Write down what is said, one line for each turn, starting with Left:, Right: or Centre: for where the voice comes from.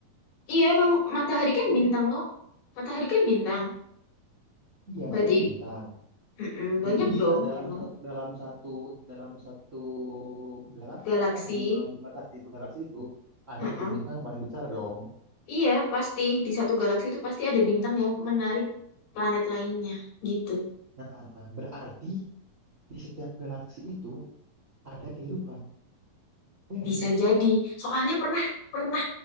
Left: Iya, emang matahari kan
Right: Ya kan?
Left: bintang loh. Matahari kan bintang.
Right: Iya,
Left: Berarti
Right: matahari kan bintang.
Left: mm-mm, banyak
Right: Jadi di
Left: dong
Right: sa- dalam
Left: memang
Right: sa- dalam satu dalam satu galaksi
Left: galaksi.
Right: apa bi- eh, bima sakti itu galaksi itu ada
Left: Heeh.
Right: satu bintang yang paling besar dong.
Left: Iya, pasti di satu galaksi itu pasti ada bintang yang menarik planet lainnya gitu.
Right: Nah, berarti di setiap galaksi itu ada kehidupan. Ya nggak
Left: Bisa
Right: sih?
Left: jadi. Soalnya pernah pernah